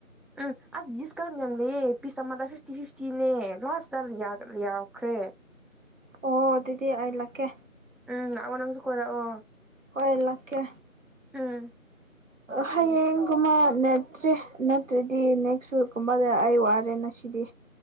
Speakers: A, in the centre; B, on the right.
A: ꯎꯝ ꯑꯁ ꯗꯤꯁꯀꯥꯎꯟ ꯌꯥꯝ ꯂꯩꯑꯦ ꯄꯤꯁ ꯑꯃꯗ ꯐꯤꯐꯇꯤ ꯐꯤꯐꯇꯤꯅꯦ ꯂꯥꯁꯇ ꯌꯥꯎꯈ꯭ꯔꯦ
B: ꯑꯣ ꯑꯗꯨꯗꯤ ꯑꯩ ꯂꯥꯛꯀꯦ
A: ꯎꯝ ꯑꯉ ꯅꯁꯨ ꯈꯔꯑꯣ
B: ꯑꯣꯏ ꯂꯥꯛꯀꯦ
A: ꯑꯝ
B: ꯍꯌꯦꯡꯒꯨꯝꯕ ꯅꯦꯠꯇ꯭ꯔꯦ ꯅꯠꯇ꯭ꯔꯗꯤ ꯅꯦꯛꯁ ꯋꯤꯛꯀꯨꯝꯕꯗ ꯑꯩ ꯋꯥꯔꯦ ꯉꯁꯤꯗꯤ